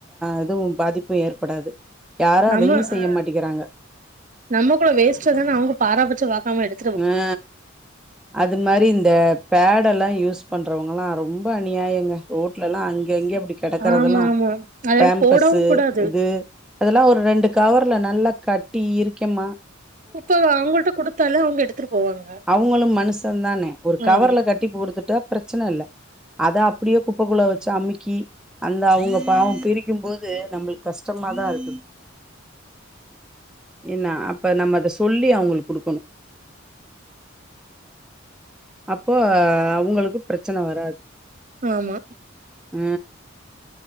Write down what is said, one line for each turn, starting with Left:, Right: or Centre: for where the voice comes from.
Centre: எதுவு பாதிப்பு ஏற்படாது யாரு
Right: நம்ம
Centre: அதையு செய்ய
Right: ஆ
Centre: மாட்டேங்கிறாங்க
Right: நம்ம கூட வேஸ்ட் தானே அவங்க பாராபட்சம் பாக்காம எடு
Centre: ஆ அது மாரி இந்த பேட் எல்லா யூஸ் பண்றவங்கல்லா ரொம் ரொம்ப அநியாயங்க ரோட்ல எல்லா அங்க இங்க அப்டி கெடக்கறதெல்லா
Right: ஆமா ஆமா அது
Centre: பேம்பஸு
Right: போடவு கூடாது
Centre: இது அதெலா ஒரு ரெண்டு கவர்ல நல்லா கட்டி இருக்கேம்மா
Right: குப்ப அவுங்கள்ட்ட குடுத்தாலே அவுங்க எடுத்துட்டு போவாங்க
Centre: அவுங்களு மனுசந்தானே ஒரு கவர்ல
Right: ஆமா
Centre: கட்டி குடுத்துட்டா பிரச்சன இல்ல அத அப்டியே குப்பக்குள்ள வச்சு அமுக்கி அந்த அவுங்க பாவோ பிரிக்குபோது நம்ளுக்கு கஷ்டமாதா இருக்கு இன்னா அப்போ நம்ம அத சொல்லி அவுங்ளுக்கு குடுக்கனூ அப்போ அவுங்களுக்கு பிரச்சன வராது
Right: ஆமா
Centre: அ